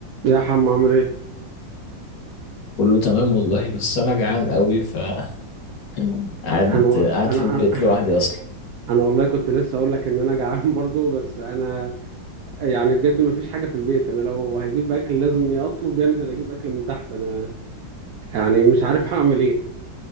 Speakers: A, on the right; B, on the left.
A: يا حم عامل ايه
B: كله تمام والله بس انا جعان قوي ف <laughs> قاعد
A: انا
B: قاعد
A: انا
B: في البيت
A: انا <laughs>
B: لوحدي اصلا
A: انا والله كنت لسه اقول لك ان انا جعان <laughs> برضو بس انا يعني بجد ما فيش حاجه في البيت انا لو هجيب اكل لازم يا اطلب يا انزل اجيب اكل من تحت انا يعني مش عارف هعمل ايه